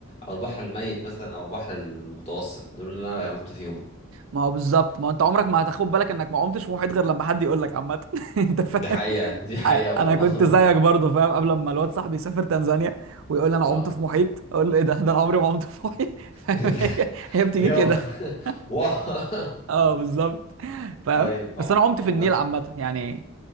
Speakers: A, on the left; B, on the right.
A: او البحر الميت مثلا او البحر المتوسط دول اللي انا عمت فيهم
B: ما هو بالظبط ما هو انت عمرك ما هتاخد بالك انك ما عمتش في محيط غير لما حد يقول لك عامة <laughs> انت فاهم
A: دي حقيقة دي حقيقة
B: آه،
A: والله
B: انا كنت زيك
A: <laughs>
B: برضه فاهم قبل ما الواد صاحبي يسافر تنزانيا ويقول لي انا
A: اه
B: عمت في محيط اقول له ايه ده <laughs> ده انا عمري ما عمت في محيط <laughs> فاهم
A: <laughs>
B: هي هي بتيجي
A: يو
B: كده <laughs>
A: <laughs> واه
B: اه بالظبط فاهم
A: طيب
B: بس
A: عم
B: انا عمت في
A: عمت
B: النيل عامه يعني